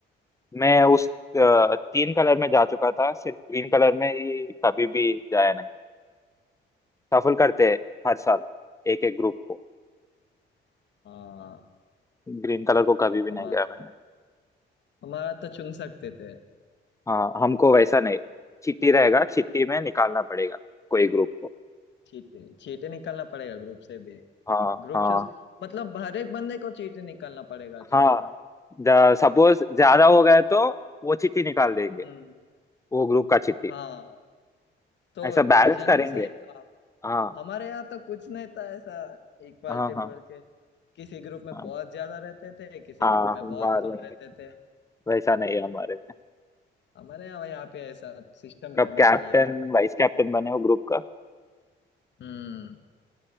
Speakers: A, on the left (about 15°); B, on the left (about 65°).
A: मैं उस अ, तीन कलर में जा चुका था सिर्फ ग्रीन कलर में ही कभी भी जाया नहीं सफल करते हैं हर साल एक एक ग्रुप को
B: हाँ
A: ग्रीन कलर को कभी भी
B: हमारा
A: नहीं गया मैंने
B: हमारा तो चुन सकते थे
A: हाँ हमको वैसा नहीं चिट्ठी रहेगा चिट्ठी में निकालना पड़ेगा कोई ग्रुप को
B: चीटे चीटे निकालना पड़ेगा ग्रुप से भी
A: हाँ
B: ग्रुप
A: हाँ
B: चूज मतलब हर एक बंदे को चीटे निकालना पड़ेगा
A: हाँ
B: जो
A: सपोज ज्यादा हो गए तो वो चिट्ठी निकाल देंगे
B: हम्म
A: वो ग्रुप का चिट्ठी
B: हाँ तो
A: ऐसा बैलेंस
B: डिवीजन
A: करेंगे
B: भी सही था
A: हाँ
B: हमारे यहाँ तो कुछ नहीं था ऐसा इक्वालिटी
A: हाँ हाँ
B: बोल के किसी ग्रुप में
A: हाँ
B: बहुत ज्यादा रहते थे किसी
A: हाँ
B: ग्रुप में
A: हमारे
B: बहुत कम रहते
A: में
B: थे
A: वैसा नहीं है हमारे में
B: हमारे यहाँ यहाँ पे ऐसा सिस्टम
A: कब
B: रहना
A: कैप्टन
B: चाहिए था
A: वाइस कैप्टन बने वो ग्रुप का
B: हम्म